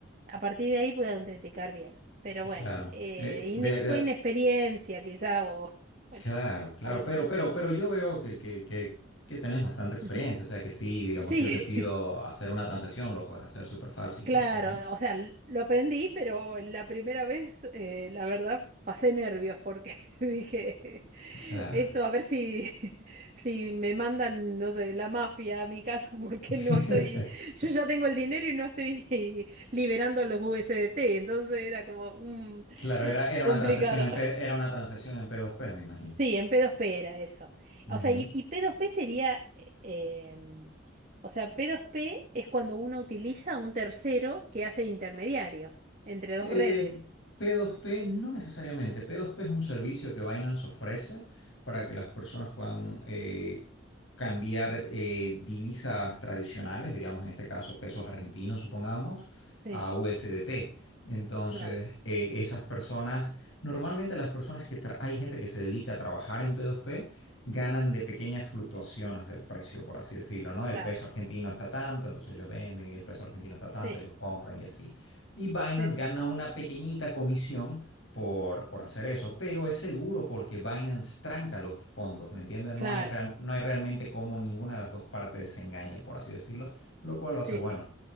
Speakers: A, on the right; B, on the left.
A: A partir de ahí pude autenticar bien. Pero bueno,
B: claro.
A: eh,
B: Eh,
A: ine-
B: de, de-
A: fue inexperiencia quizá o <laughs> bueno,
B: Claro, claro,
A: algo
B: pero,
A: ahí.
B: pero, pero yo veo que, que, que, que tenés bastante experiencia,
A: Ujú.
B: o sea que sí, digamos,
A: Sí,
B: si yo te pido
A: <laughs>
B: hacer una transacción, lo puedes hacer súper fácil,
A: Claro,
B: o sea, ¿no?
A: o sea, l- lo aprendí, pero la primera vez, eh, la verdad, pasé nervios porque <laughs> dije,
B: Claro.
A: esto a ver si, <laughs> si me mandan, no sé, la mafia a mi casa <laughs> porque
B: <laughs>
A: no estoy, yo ya tengo el dinero y no estoy <laughs> liberando los USDT, entonces era como un
B: Claro, era, era
A: complicado.
B: una transacción en P, era una transacción en P2P, me imagino.
A: Sí, en P2P era eso.
B: Ujú.
A: O sea, y, y P2P sería, em, o sea, P2P es cuando uno utiliza a un tercero que hace de intermediario entre dos
B: Eh,
A: redes.
B: P2P no necesariamente. P2P es un servicio que Binance ofrece para que las personas puedan eh, cambiar eh, divisas tradicionales, digamos en este caso pesos argentinos, supongamos,
A: Sí,
B: a USDT. Entonces,
A: claro,
B: eh, esas personas, normalmente las personas que tra- hay gente que se dedica a trabajar en P2P, ganan de pequeñas fluctuaciones del precio, por así decirlo, ¿no?
A: claro.
B: El peso argentino está tanto, entonces ellos venden, y el peso argentino está
A: Sí,
B: tanto, ellos compran y así. Y Binance
A: sí, sí.
B: gana una pequeñita comisión por, por hacer eso, pero es seguro porque Binance tranca los fondos, ¿me entiendes? No
A: Claro,
B: hay real- no hay realmente como ninguna de las dos partes se engañe, por así decirlo, lo cual lo
A: sí,
B: hace bueno,
A: sí.